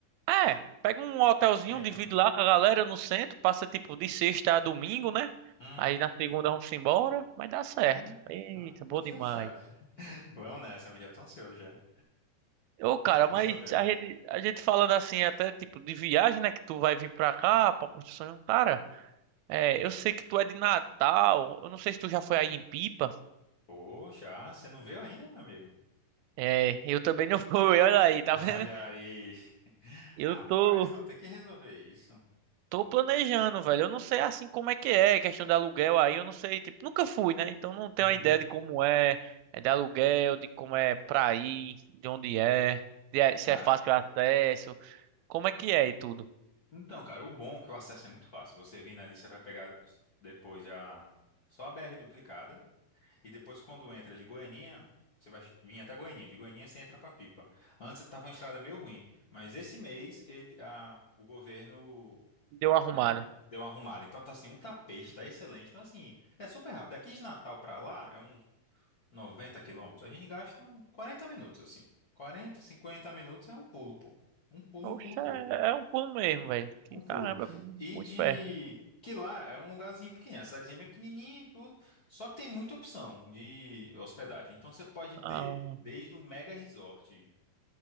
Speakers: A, on the right; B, on the left.
A: É, pega um hotelzinho,
B: Nem erro,
A: divide
B: não.
A: lá com a galera no centro, passa tipo de sexta a domingo, né?
B: Uhum.
A: Aí na segunda vamos embora, mas dá certo.
B: É, né?
A: Eita,
B: Ah, então
A: bom
B: fechado.
A: demais.
B: <laughs> Vamos nessa, mas já tô ansioso já.
A: Ô, cara,
B: Vamos
A: mas
B: saber.
A: a gente, a gente falando assim, até tipo de viagem, né? Que tu vai vir pra cá, pra construção. Cara, é, eu sei que tu é de Natal. Eu não sei se tu já foi aí em Pipa.
B: Pô, já? Você não veio ainda, meu amigo? <laughs>
A: É, eu também não <laughs> fui. Olha aí,
B: Ah,
A: tá vendo?
B: Olha aí. <laughs>
A: Eu
B: Rapaz,
A: tô,
B: então tem que resolver isso.
A: tô planejando, velho. Eu não sei assim como é que é, questão de aluguel aí. Eu não sei, tipo, nunca fui, né? Então não tenho
B: Uhum.
A: a ideia de como é, é de aluguel, de como é pra ir, de onde é, de- se
B: Cara,
A: é fácil o acesso, como é que é e tudo.
B: então, cara, o bom é que o acesso é muito fácil. Você vindo ali, você vai pegar depois já só a BR duplicada. E depois, quando entra de Goianinha, você vai vir até Goianinha. De Goianinha você entra para Pipa. Antes estava uma estrada meio ruim, mas esse mês ele, a, o governo
A: Deu uma arrumada.
B: é, deu uma arrumada. Então tá assim, um tapete, tá excelente. Então assim, é super rápido. Daqui de Natal para lá é uns 90 quilômetros. A gente gasta uns 40 minutos, assim. 40, 50 minutos é um pulo, pô. Um pulo,
A: Oxe,
B: um pulo, pulo.
A: é, é um pulo mesmo, velho. Que
B: Um pulo.
A: caramba, é mu-
B: E
A: muito
B: de
A: perto.
B: que lá é um lugarzinho pequenininho, a cidadezinha é bem pequenininha e tudo, só que tem muita opção de hospedagem. Então você pode
A: Ah,
B: ter desde o mega resort